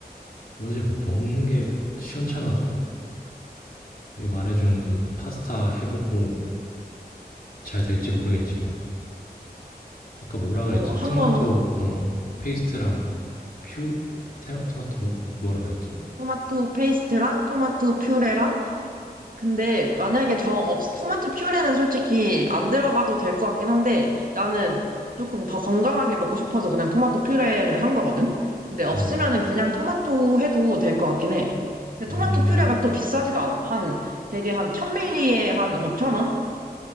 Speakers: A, on the left (about 60°); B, on the right (about 55°).
A: 요새 뭐 먹는 게 시원찮아서 이거 말해준 그 파스타 해보고 잘 될지 모르겠지만 아까 뭐라 그랬지?
B: 어, 한번
A: 토마토 어 페이스트랑 퓨 테, 토마토 뭐 뭐라 그랬지?
B: 토마토 페이스트랑 토마토 퓨레랑. 근데 만약에 정 없, 토마토 퓨레는 솔직히 안 들어가도 될 것 같긴 한데 나는 조금 더 건강하게 먹고 싶어서 그냥 토마토 퓨레를 한 거거든? 근데 없으면은
A: 음.
B: 그냥 토마토 해도 될 것 같긴 해. 근데
A: 음.
B: 토마토 퓨레가 또 비싸지도 않아. 한 되게 한 1000ml에 한 5,000원?